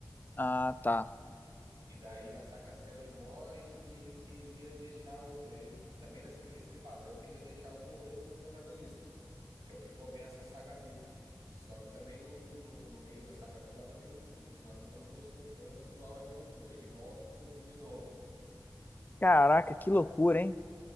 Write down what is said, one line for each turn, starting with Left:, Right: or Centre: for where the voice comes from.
Left: Ah, tá.
Right: e daí na saga Cell ele morre e ele queria deixar o daí também nessa entrevista ele fala daí eu queria deixar o Gohan como protagonista que é o que começa a Sagabu. Só que também no, no, no meio da Sagabu lá também não, não- a turma não gostou tanto igual era o Goku. Ele volta com o Goku de novo.
Left: Caraca, que loucura, hein?